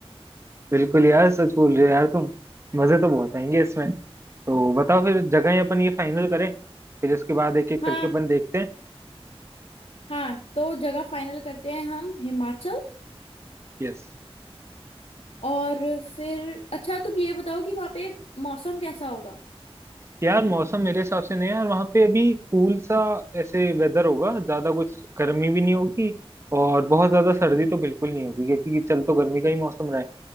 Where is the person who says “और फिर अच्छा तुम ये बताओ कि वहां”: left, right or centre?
Left